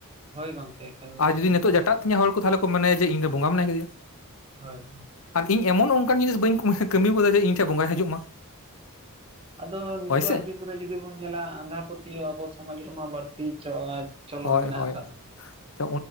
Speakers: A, on the right (about 25°); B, on the left (about 65°).
A: ᱦᱳᱭ ᱜᱚᱝᱠᱮ ᱮᱠᱟᱞ
B: ᱟᱨ ᱡᱩᱫᱤ
A: ᱥᱟᱹᱨᱤ
B: ᱱᱤᱛᱚᱜ
A: ᱠᱟᱛᱷᱟ
B: ᱡᱟᱴᱟᱜ ᱛᱤᱧᱟᱹ ᱦᱚᱲ ᱠᱚ ᱛᱟᱦᱚᱞᱮ ᱠᱷ ᱠᱚ ᱢᱚᱱᱮᱭᱟ ᱡᱮ ᱤᱧ ᱫᱚ ᱵᱚᱸᱜᱟ ᱢᱮᱱᱟᱭ ᱠᱟᱫᱮᱭᱟ᱾
A: ᱦᱳᱭ
B: ᱟᱨ ᱤᱧ ᱮᱢᱚᱱ ᱚᱱᱠᱟᱱ ᱡᱤᱱᱤᱥ ᱵᱟᱹᱧ ᱠᱟᱹᱢᱤᱣ ᱠᱟᱫᱟ ᱡᱮ ᱤᱧ ᱴᱷᱮᱱ ᱵᱚᱸᱜᱟᱭ ᱦᱤᱡᱩᱜ ᱢᱟ᱾
A: ᱟᱫᱚ ᱱᱤᱛᱚᱜᱼᱟ
B: ᱦᱳᱭ ᱥᱮ
A: ᱡᱩᱜᱽ ᱜᱩᱨᱮ ᱡᱩᱫᱤ ᱵᱚᱱ ᱧᱮᱞᱟ ᱟᱸᱫᱷᱟ ᱯᱟᱹᱛᱭᱟ ᱥᱚᱢᱟᱡᱽ ᱨᱮ ᱵᱟᱹᱲᱛᱤ ᱪᱚ ᱪᱚᱞᱚᱱ
B: ᱦᱳᱭ
A: ᱢᱮᱱᱟᱜ
B: ᱦᱳᱭ
A: ᱟᱠᱟᱫᱟ᱾
B: ᱛᱚ